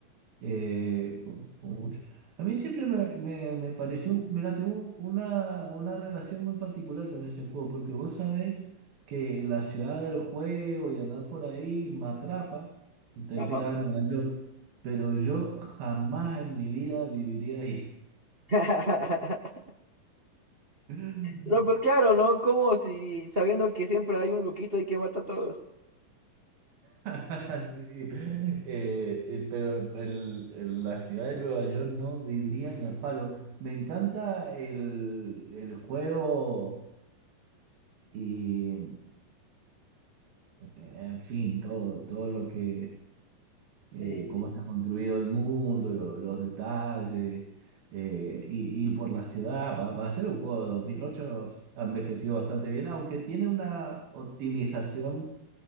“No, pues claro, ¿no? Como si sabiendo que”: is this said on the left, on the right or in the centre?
Right